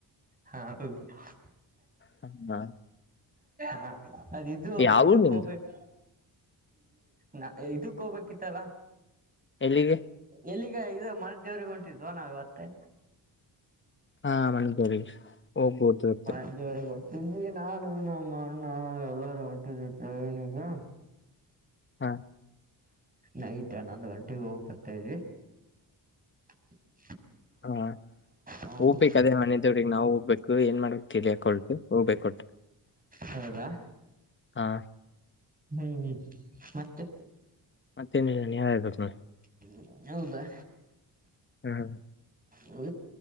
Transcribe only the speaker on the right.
ಹಾ. <unintelligible>
ಹ ಹಾದಿದು
ಇದುಕ್
ಹೊಬೇಕ್. ನ ಇದುಕ್ ಹೋಗ್ಬೇಕಿತ್ತಲ.
ಎಲ್ಲಿಗೆ ಇದು ಮನ್ದೇವ್ರಿಗೊಂಟಿದ್ವ ನಾವ್ ಇವತ್ತು.
ಮನ್ದೇವ್ರಿಗೆ ಇಲ್ಲಿ ನಾನು ನಮಣ್ಣ ಎಲ್ಲಾರೂ ಒಂಟಿದ್ವಿ ಟ್ರೈನಿಗೆ.
ನೈಟ್ ಹನ್ನೊಂದ್ಗಂಟ್ಟಿಗ್ ಹೋಗ್ಬರ್ತಾವಿ. <inaudible>
ಹ್ಮ್
ಹೌದಾ.
ಹ್ಮ್ ಹ್ಮ್ ಮತ್ತೆ.
ಹ್ಮ್ ಹೌದಾ.
ಹ್ಮ